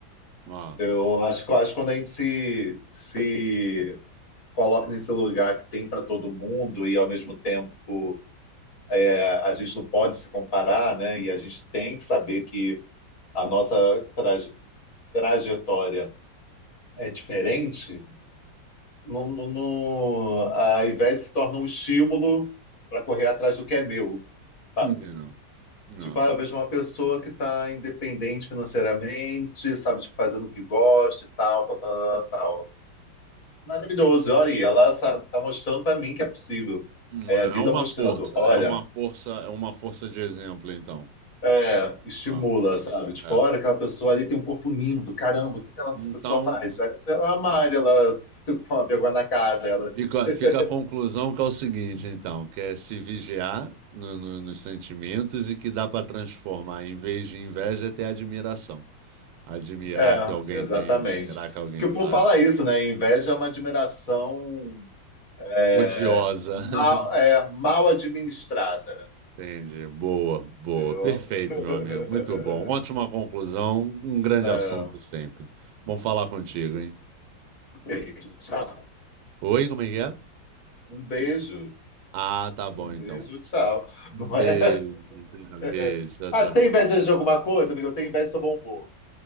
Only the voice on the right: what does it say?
Ah.
Yeah. Ah.
É
uma
força,
é uma força, é uma força de exemplo, então.
Ah,
é.
Então,
Fica,
fica a conclusão que é o seguinte, então, que é se vigiar no- no- nos sentimentos e que dá para transformar, em vez de inveja, é admiração. Admirar
que alguém
tem, admirar que alguém
faz.
Odiosa.
<laughs>
Entendi. Boa, boa.
Perfeito,
meu amigo. Muito bom. Ótima conclusão. Um grande
assunto
sempre. Bom falar contigo, hein?
Oi, como é que é?
Ah, tá bom,
então.
Um
Beijo.
<laughs> Beijo.
Tchau,
tchau.